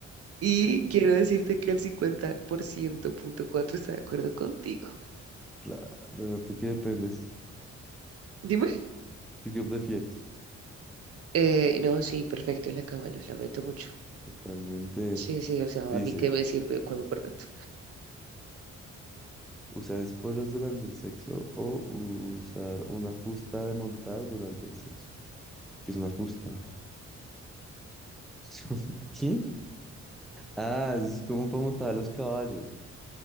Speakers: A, on the right (about 55°); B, in the centre.
A: Y
B: <laughs>
A: quiero decirte que el 50.4 está de acuerdo contigo.
B: Claro, ¿tú qué dependes?
A: Dime.
B: ¿Tú qué prefieres?
A: Eh, no, sí, perfecto en la cama, los lamento mucho.
B: Totalmente.
A: Sí, sí, o sea,
B: Dice.
A: a mí que me sirve un cuerpo perfecto.
B: Usar esposas durante el sexo o usar una fusta de montar durante el sexo. ¿Qué es una fusta? <laughs> ¿Qué? Ah, es como para montar a los caballos,